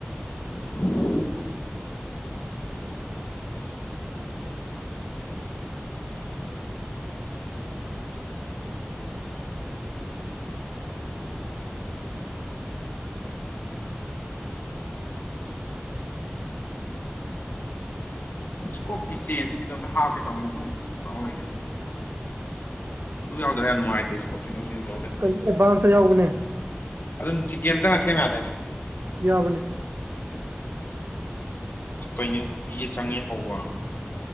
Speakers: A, on the left; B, on the right.
A: <inaudible> ꯏꯁꯀꯣꯞꯀꯤ ꯆꯦꯟꯁꯀꯤꯗꯣ ꯑꯝꯇ ꯍꯥꯞꯀꯦ ꯇꯧꯅꯤ ꯑꯗꯨꯝ ꯀꯥꯎꯂꯩꯔꯦ ꯑꯗꯨ ꯌꯥꯎꯗ꯭ꯔ ꯌꯥꯝ ꯅꯨꯡꯉꯥꯏꯇꯦ ꯏꯁꯀꯣꯞ ꯁꯤꯟꯗꯣꯛ ꯁꯤꯟꯖꯤꯟ ꯇꯧꯂꯩꯔꯦ
B: ꯑꯦꯗꯚꯥꯟꯁꯇ ꯌꯥꯎꯕꯅꯦ
A: ꯑꯗꯨꯝ ꯒꯦꯝ ꯆꯪꯉ ꯁꯦꯝ ꯌꯥꯗꯥꯏꯅꯦ
B: ꯌꯥꯕꯅꯦ
A: ꯀꯩꯅꯣ ꯆꯪꯉꯦ ꯍꯧꯕ